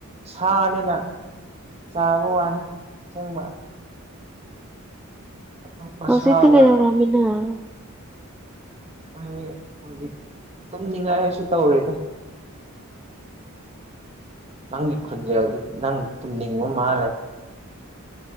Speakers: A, on the right (about 30°); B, in the centre.
A: ꯁꯥꯅꯤꯅ ꯆꯥꯕ ꯋꯥꯅꯤ ꯁꯦꯡꯕ ꯑꯇꯣꯞꯄ
B: ꯍꯧꯖꯤꯛꯇꯤ
A: ꯁꯥꯒ
B: ꯀꯩꯗꯧꯔꯒꯦ ꯅꯪ
A: ꯑꯩ ꯍꯧꯖꯤꯛ ꯇꯨꯝꯅꯤꯡꯉꯥꯏ ꯑꯩꯁꯨ ꯇꯧꯔꯤꯗ ꯅꯪꯒꯤ ꯈꯨꯟꯖꯦꯟꯗꯨ ꯅꯪ ꯇꯨꯝꯅꯤꯡꯕ ꯃꯥꯜꯂꯦ